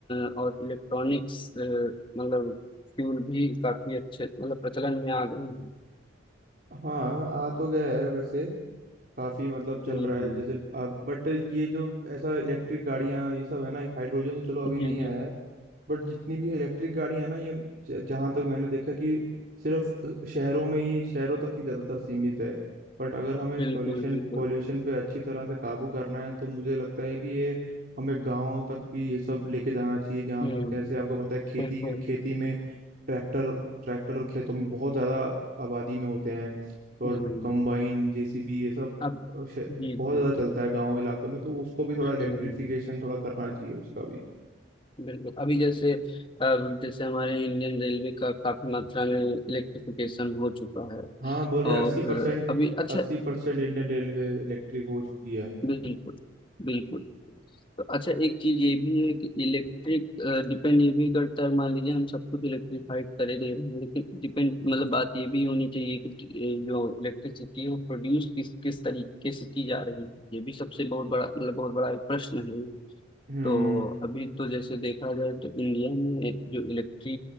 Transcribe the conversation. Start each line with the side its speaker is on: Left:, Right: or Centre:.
Left: अ, और इलेक्ट्रॉनिक्स अ, मतलब फ्यूल भी काफी अच्छे मतलब प्रचलन में आ गए हैं
Right: हाँ आ तो गया है वैसे काफी मतलब चल
Left: हम्म,
Right: रहा
Left: हम्म।
Right: है जैसे बट ये जो ऐसा इलेक्ट्रिक गाड़ियां ये सब है ना हाइड्रोजन तो चलो अभी
Left: जी
Right: नहीं आया
Left: जी
Right: है बट जितनी भी इलेक्ट्रिक गाड़ी है ना ये ज- जहाँ तक मैंने देखा कि सिर्फ शहरों में ही शहरों तक ही ज़्यादातर सीमित है बट अगर हमें पोल्यूशन
Left: बिल्कुल बिल्कुल
Right: पोल्यूशन पे अच्छी तरह से काबू करना है तो मुझे लगता है कि ये हमें गाँव तक भी ये सब लेके जाना चाहिए जहाँ
Left: हम्म
Right: जैसे आपको पता है खेती
Left: बिल्कुल
Right: खेती में ट्रैक्टर ट्रैक्टर खेतों में बहुत ज़्यादा आबादी में होते हैं और
Left: हम्म
Right: कंबाइन जेसीबी ये सब
Left: अब
Right: अ, शे-
Left: जी
Right: बहुत
Left: जी
Right: ज़्यादा चलता है गाँव इलाकों में तो उसको भी थोड़ा
Left: हम्म
Right: इलेक्ट्रिफिकेशन थोड़ा करना चाहिए उसका भी
Left: बिल्कुल अभी जैसे अब जैसे हमारे इंडियन रेलवे का काफी मात्रा में इलेक्ट्रिफिकेशन हो चुका है
Right: हाँ बोल रहे
Left: और
Right: अस्सी परसेंट
Left: अभी अच्छा
Right: अस्सी परसेंट इंडियन रेलवे इलेक्ट्रिक हो चुकी है
Left: बिल्कुल बिल्कुल तो अच्छा एक चीज ये भी है कि इलेक्ट्रिक डिपेंड ये भी करता है मान लीजिए हम सब कुछ इलेक्ट्रिफाइड करे दे रहे हैं लेकिन डिपेंड मतलब बात ये भी होनी चाहिए कि अ, जो इलेक्ट्रिसिटी है वो प्रोड्यूस किस किस तरीके से की जा रही है ये भी सबसे बहुत बड़ा मतलब बहुत बड़ा एक प्रश्न है
Right: हम्म
Left: तो अभी तो जैसे देखा जाए तो इंडिया में जो इलेक्ट्री